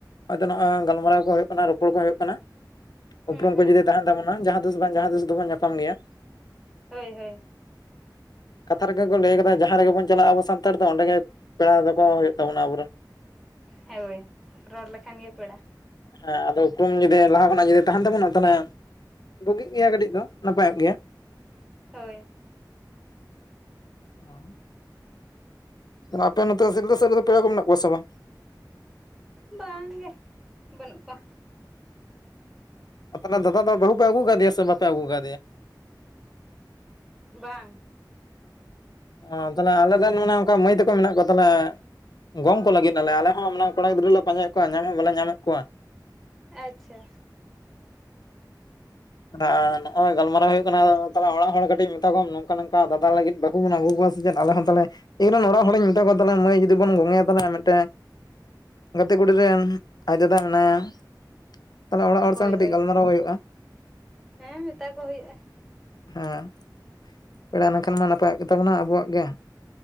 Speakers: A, on the left (about 65°); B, in the centre.
A: ᱟᱫᱚ ᱱᱚᱜᱼᱚᱭ ᱜᱟᱞᱢᱟᱨᱟᱣ ᱠᱚ ᱦᱩᱭᱩᱜ ᱠᱟᱱᱟ ᱨᱚᱯᱚᱲ ᱠᱚ ᱦᱩᱭᱩᱜ ᱠᱟᱱᱟ
B: ᱦᱩᱸ
A: ᱩᱯᱨᱩᱢ
B: ᱦᱩᱸ
A: ᱠᱩ ᱡᱩᱫᱤ
B: ᱦᱩᱸ
A: ᱛᱟᱦᱮᱸᱱ ᱛᱟᱵᱚᱱᱟ ᱡᱟᱦᱟᱸ ᱛᱤᱥ ᱵᱟᱝ ᱡᱟᱦᱟᱸ ᱛᱤᱥ ᱫᱚᱵᱚᱱ ᱧᱟᱯᱟᱢ ᱜᱮᱭᱟ
B: ᱦᱳᱭ ᱦᱳᱭ
A: ᱠᱟᱛᱷᱟ ᱨᱮᱜᱮ ᱠᱚ ᱞᱟᱹᱭ ᱟᱠᱟᱫᱟ ᱡᱟᱦᱟᱸ ᱨᱮᱜᱮ ᱵᱚᱱ ᱪᱟᱞᱟᱜᱼᱟ ᱟᱵᱚ ᱥᱟᱱᱛᱟᱲ ᱫᱚ ᱚᱸᱰᱮ ᱜᱮ ᱯᱮᱲᱟ ᱫᱚᱠᱚ ᱦᱩᱭᱩᱜ ᱛᱟᱵᱚᱱᱟ ᱟᱵᱚ ᱨᱮᱱ
B: ᱦᱳᱭ ᱨᱚᱲ ᱞᱮᱠᱷᱟᱱ ᱜᱮ ᱯᱮᱲᱟ
A: ᱦᱮᱸ ᱟᱫᱚ ᱩᱯᱩᱨᱩᱢ ᱡᱩᱫᱤ ᱞᱟᱦᱟ ᱠᱷᱚᱱᱟᱜ ᱡᱩᱫᱤ ᱛᱟᱦᱮᱸᱱ ᱛᱟᱵᱚᱱᱟ ᱛᱟᱦᱚᱞᱮ ᱵᱩᱜᱤᱜ ᱜᱮᱭᱟ ᱠᱟᱹᱴᱤᱡ ᱫᱚ ᱱᱟᱯᱟᱭᱚᱜ ᱜᱮᱭᱟ
B: ᱦᱳᱭ
A: <unintelligible> ᱟᱯᱮ ᱱᱚᱛᱮ ᱥᱤᱞᱫᱟ. ᱥᱮᱫ ᱨᱮᱫᱚ ᱯᱮᱲᱟ ᱠᱚ ᱢᱮᱱᱟᱜ ᱠᱚᱣᱟ ᱥᱮ ᱵᱟᱝ
B: ᱵᱟᱝᱜᱮ ᱵᱟᱹᱱᱩᱜ ᱠᱚᱣᱟ
A: ᱚ ᱛᱟᱦᱚᱞᱮ ᱫᱟᱫᱟ ᱫᱚ ᱵᱟᱹᱦᱩ ᱯᱮ ᱟᱹᱜᱩ ᱟᱠᱟᱣᱫᱮᱭᱟ ᱥᱮ ᱵᱟᱯᱮ ᱟᱹᱜᱩ ᱟᱠᱟᱣᱫᱮᱭᱟ
B: ᱵᱟᱝ
A: ᱚᱸ ᱛᱟᱞᱚᱦᱮ ᱟᱞᱮᱫᱚ ᱢᱟᱱᱮ ᱚᱱᱠᱟ ᱢᱟᱹᱭ ᱛᱟᱠᱚ ᱢᱮᱱᱟᱜ ᱠᱚᱣᱟ ᱛᱟᱦᱚᱞᱮ ᱜᱚᱝ ᱠᱚ ᱞᱟᱹᱜᱤᱜ ᱟᱞᱮᱞᱮ ᱦᱚᱸ ᱢᱟᱱᱮ ᱠᱚᱲᱟ ᱜᱤᱫᱽᱨᱟᱹ ᱞᱮ ᱯᱟᱸᱡᱟᱭᱮᱜ ᱠᱚᱣᱟ ᱧᱟᱢ ᱦᱚᱸ ᱵᱟᱞᱮ ᱧᱟᱢᱮᱜ ᱠᱚᱣᱟ᱾
B: ᱟᱪᱪᱷᱟ
A: <unintelligible> ᱱᱚᱜᱼᱚᱭ ᱜᱟᱞᱢᱟᱨᱟᱣ ᱦᱩᱭᱩᱜ ᱠᱟᱱᱟ ᱛᱟᱞᱦᱮ ᱚᱲᱟᱜ ᱦᱚᱲ ᱦᱚ ᱠᱟᱹᱴᱤᱜ ᱢᱮᱛᱟ ᱠᱚᱢ ᱱᱚᱝᱠᱟ ᱱᱚᱝᱠᱟ ᱫᱟᱫᱟ ᱞᱟᱹᱜᱤᱫ ᱵᱟᱹ ᱦᱩ ᱵᱩᱱ ᱟᱹᱜᱩ ᱠᱚᱣᱟ ᱥᱮ ᱪᱮᱜ ᱟᱞᱮ ᱦᱚᱸ ᱛᱟᱦᱚᱞᱮ ᱤᱧᱨᱮᱱ ᱚᱲᱟᱜ ᱦᱚᱲᱤᱧ ᱢᱮᱛᱟ ᱠᱚᱣᱟ ᱛᱚᱦᱚᱞᱮ ᱢᱟᱹᱭ ᱡᱩᱫᱤ ᱵᱚᱱ ᱜᱚᱝ ᱮᱭᱟ ᱛᱟᱦᱚᱞᱮ ᱢᱤᱫᱴᱮᱡ ᱜᱟᱛᱮ ᱠᱩᱲᱤ ᱨᱮᱱ ᱟᱡ ᱫᱟᱫᱟ ᱢᱮᱱᱟᱭᱟ ᱛᱟᱞᱦᱮ ᱚᱲᱟᱜ ᱦᱚᱲ
B: ᱦᱳᱭ
A: ᱥᱟᱶ ᱠᱟᱹᱴᱤᱡ
B: ᱦᱳᱭ
A: ᱜᱟᱞᱢᱟᱨᱟᱣ ᱦᱩᱭᱩᱜᱼᱟ
B: ᱦᱮᱸ ᱢᱮᱛᱟ ᱠᱚ ᱦᱩᱭᱩᱜᱼᱟ
A: ᱦᱮᱸ ᱯᱮᱲᱟ ᱞᱮᱱᱠᱷᱟᱱ ᱢᱟ ᱱᱟᱯᱟᱭᱚᱜ ᱜᱮᱛᱟ ᱵᱚᱱᱟ ᱟᱵᱚᱣᱟᱜ ᱜᱮ